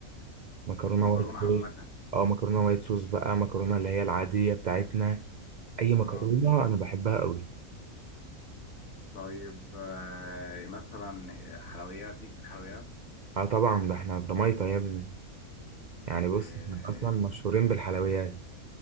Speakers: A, on the right; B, on the left.
A: مكرونه
B: المكرونة
A: وايت
B: عامة
A: صوص اه مكرونه وايت صوص بقى مكرونه اللي هي العاديه بتاعتنا اي مكرونه
B: آه، اوكي
A: انا بحبها قوي
B: طيب آه، مثلا حلويات ليك في الحلويات
A: اه طبعا ده احنا الضمايطه يا ابني يعني بص
B: اه
A: احنا اصلا مشهورين بالحلويات